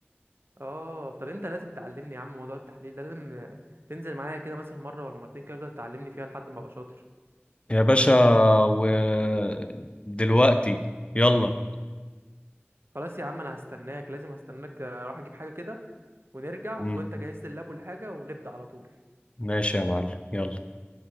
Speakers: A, on the right; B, on the left.
A: اه طب انت لازم تعلمني يا عم موضوع التحليل ده لازم آه، تنزل معايا كده مثلا مره ولا مرتين كده تفضل تعلمني فيها لحد ما ابقى شاطر
B: يا باشا ودلوقتي يلا
A: خلاص يا عم انا هستناك لازم هستناك آه، اروح اجيب حاجة كده ونرجع
B: مم.
A: تكون انت جهزت اللاب والحاجة ونبدأ على طول
B: ماشي يا معلم يلا